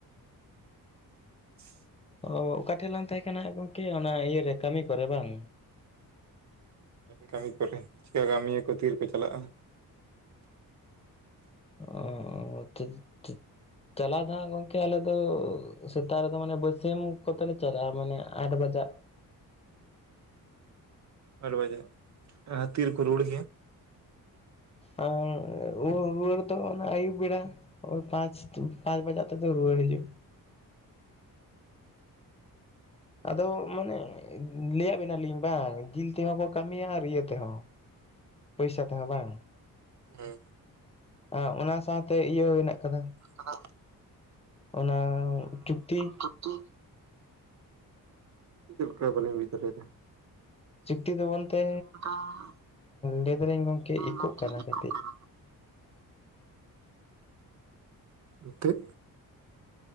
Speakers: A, on the right (about 50°); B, on the left (about 15°).
A: <inaudible>
B: ᱚ ᱚᱠᱟ ᱴᱷᱮᱡ ᱞᱟᱝ ᱛᱟᱦᱮᱸ ᱠᱟᱱᱟ ᱜᱚᱝᱠᱮ? ᱚᱱᱟ ᱤᱭᱟᱹ ᱨᱮ ᱠᱟᱹᱢᱤ ᱠᱚᱨᱮ ᱵᱟᱝ᱾
A: ᱠᱟᱹᱢᱤ ᱠᱟᱹᱢᱤ ᱠᱚ ᱛᱮᱦᱮᱱ ᱪᱤᱠᱟ ᱠᱟᱹᱢᱤᱭᱟᱹ ᱠᱚ ᱛᱤᱨᱮᱠᱚ ᱪᱟᱞᱟᱜ-ᱟ?
B: ᱚ ᱴᱷᱤᱠ ᱴᱷᱤᱠ᱾ ᱪᱟᱞᱟᱣ ᱫᱚ ᱦᱟᱸᱜ ᱜᱚᱝᱠᱮ ᱟᱞᱮ ᱫᱚ ᱥᱮᱛᱟᱜ ᱨᱮᱫᱚ ᱢᱟᱱᱮ ᱵᱟᱹᱥᱮᱢ <unintelligible> ᱠᱚᱛᱮ ᱞᱮ ᱪᱟᱞᱟᱜ-ᱟ ᱢᱟᱱᱮ ᱟᱴ ᱵᱟᱡᱟᱜ᱾
A: ᱟᱴ ᱵᱟᱡᱟᱜ, ᱟᱨ ᱛᱤᱨᱮ ᱠᱚ ᱨᱩᱣᱟᱹᱲ ᱜᱮᱭᱟ?
B: ᱟ ᱨᱩ ᱨᱩᱣᱟᱹᱲ ᱫᱚ ᱚᱱᱟ ᱟᱹᱭᱩᱵ ᱵᱮᱲᱟ ᱯᱟᱸᱪ ᱯᱟᱸᱪ ᱵᱟᱡᱟᱜ ᱛᱮᱫᱚ ᱨᱩᱣᱟᱹᱲ ᱦᱤᱡᱩᱜ᱾ ᱟᱫᱚ ᱢᱟᱱᱮ ᱞᱟᱹᱭᱟᱫ ᱵᱤᱱᱟ ᱞᱤᱧ ᱵᱟᱝ ᱜᱤᱞ ᱛᱮᱦᱚᱸ ᱠᱚ ᱠᱟᱹᱢᱤᱭᱟ ᱟᱨ ᱤᱭᱟᱹ ᱛᱮᱦᱚᱸ ᱯᱚᱭᱥᱟ ᱛᱮᱦᱚᱸ ᱵᱟᱝ᱾
A: ᱦᱩᱸ
B: ᱟ ᱚᱱᱟ ᱥᱟᱶᱛᱮ ᱤᱭᱟᱹ ᱦᱚᱸ ᱦᱮᱱᱟᱜ ᱠᱟᱫᱟ᱾
A: ᱟᱫᱚ ᱫᱚ
B: ᱚᱱᱟ ᱪᱩᱠᱛᱤ᱾
A: ᱪᱩᱠᱛᱤ ᱪᱮᱫ ᱞᱮᱠᱟ ᱵᱟᱹᱞᱤᱧ ᱵᱩᱡᱽ ᱫᱟᱲᱤᱭᱟᱫᱟ?
B: ᱪᱩᱠᱛᱤ ᱫᱚ ᱵᱚᱱᱛᱮ
A: ᱞᱟᱹᱭ
B: ᱞᱟᱹᱭ ᱫᱟᱞᱤᱧ ᱜᱚᱝᱠᱮ ᱤᱠᱳᱠ
A: ᱜᱚᱝᱠᱮ
B: ᱠᱟᱱᱟ
A: ᱤᱠᱳᱜ
B: ᱠᱟᱹᱴᱤᱡ᱾
A: ᱠᱟᱱᱟ ᱢᱤᱛᱟᱹᱫ